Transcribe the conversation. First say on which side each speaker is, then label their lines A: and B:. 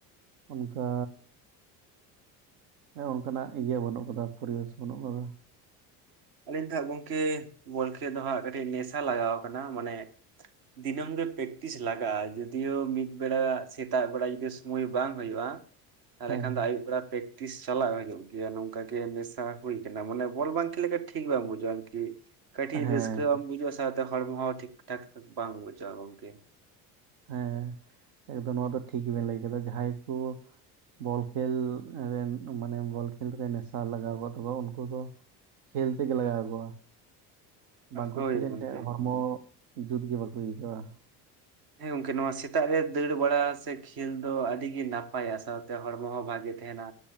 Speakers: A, on the right; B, on the right.
A: ᱚᱱᱠᱟ ᱮ ᱚᱱᱠᱟᱱᱟᱜ ᱤᱭᱟᱹ ᱵᱟᱹᱱᱩᱜ ᱠᱟᱫᱟ ᱯᱟᱹᱨᱤᱣᱮᱥ ᱵᱟᱹᱱᱩᱜ ᱠᱟᱫᱟ᱾
B: ᱟᱹᱞᱤᱧ ᱫᱚ ᱦᱟᱸᱜ ᱜᱚᱝᱠᱮ ᱵᱚᱞ ᱠᱷᱮᱞ ᱫᱚ ᱦᱟᱸᱜ ᱠᱟᱹᱴᱤᱡ ᱱᱮᱥᱟ ᱞᱟᱜᱟᱣ ᱠᱟᱱᱟ ᱢᱟᱱᱮ ᱫᱤᱱᱟᱹᱢ ᱜᱮ ᱯᱮᱠᱴᱤᱥ ᱞᱟᱜᱟᱜᱼᱟ ᱡᱚᱫᱤᱭᱚ ᱢᱤᱫ ᱵᱮᱲᱟ ᱥᱮᱛᱟᱜ ᱵᱮᱲᱟ ᱡᱩᱫᱤ ᱥᱚᱢᱚᱭ ᱵᱟᱝ ᱦᱩᱭᱩᱜᱼᱟ ᱛᱟᱦᱞᱮ
A: ᱦᱮᱸ
B: ᱠᱷᱟᱱ ᱫᱚ ᱟᱹᱭᱩᱵ ᱵᱮᱲᱟ ᱯᱮᱥ ᱛᱤᱥ ᱪᱟᱞᱟᱜ ᱦᱩᱭᱩᱜ ᱜᱮᱭᱟ ᱱᱚᱝᱠᱟ ᱜᱮ ᱱᱮᱥᱟ ᱦᱩᱭ ᱠᱟᱱᱟ ᱢᱟᱱᱮ ᱵᱚᱞ ᱵᱟᱝ ᱠᱷᱮᱞ ᱞᱮᱠᱷᱟᱡ ᱴᱷᱤᱠ ᱵᱟᱝ ᱵᱩᱡᱷᱜᱟᱼᱟᱨᱠᱤ ᱠᱟᱹᱴᱤᱡ
A: ᱦᱮᱸ
B: ᱨᱟᱹᱥᱠᱟᱹ ᱵᱟᱢ ᱵᱩᱡᱟ ᱥᱟᱶᱛᱮ ᱦᱚᱲᱢᱚ ᱦᱚ ᱴᱷᱤᱠ ᱴᱷᱟᱠ ᱵᱟᱝ ᱵᱩᱡᱟᱹᱜᱼᱟ ᱜᱚᱝᱠᱮ
A: ᱦᱮᱸ ᱮᱠᱫᱚᱢ ᱱᱚᱶᱟ ᱫᱚ ᱴᱷᱤᱠ ᱵᱮᱱ ᱞᱟᱹᱭ ᱠᱮᱫᱟ ᱡᱟᱦᱟᱸᱭ ᱠᱚ ᱵᱚᱞ ᱠᱷᱮᱞ ᱨᱮᱱ ᱢᱟᱱᱮ ᱵᱚᱞ ᱠᱷᱮᱞ ᱨᱮ ᱱᱮᱥᱟ ᱞᱟᱜᱟᱣ ᱠᱚᱜ ᱛᱟᱠᱚᱣᱟ ᱩᱱᱠᱩ ᱫᱚ ᱠᱷᱮᱞ ᱛᱮᱜᱮ ᱞᱟᱜᱟᱣ ᱠᱚᱣᱟ ᱵᱟᱝᱠᱚ
B: ᱦᱳᱭ
A: ᱠᱷᱮᱞ ᱞᱮᱱᱠᱷᱟᱱ
B: ᱜᱚᱝᱠᱮ
A: ᱦᱚᱲᱢᱚ ᱡᱩᱛᱜᱮ ᱵᱟᱠᱚ ᱟᱹᱭᱠᱟᱹᱣᱟ
B: ᱦᱮᱸ ᱜᱚᱝᱠᱮ ᱱᱚᱶᱟ ᱥᱮᱛᱟᱜ ᱨᱮ ᱫᱟᱹᱲ ᱵᱟᱲᱟ ᱥᱮ ᱠᱷᱮᱞ ᱫᱚ ᱟᱹᱰᱤ ᱜᱮ ᱱᱟᱯᱟᱭᱟ ᱥᱟᱶᱛᱮ ᱦᱚᱲᱢᱚ ᱦᱚ ᱵᱷᱟᱜᱮ ᱛᱟᱦᱮᱱᱟ᱾